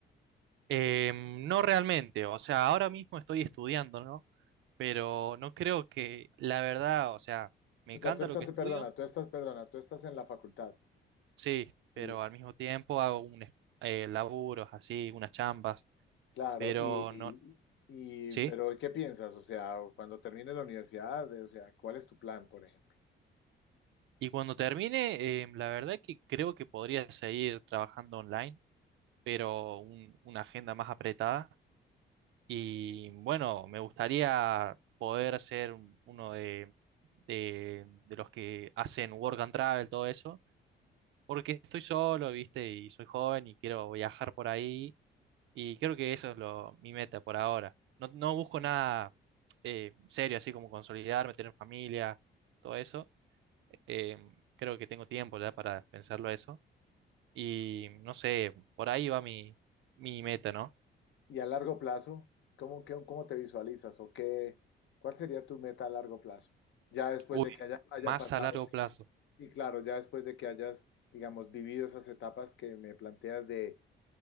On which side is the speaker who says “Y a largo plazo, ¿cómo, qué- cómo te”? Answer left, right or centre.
Left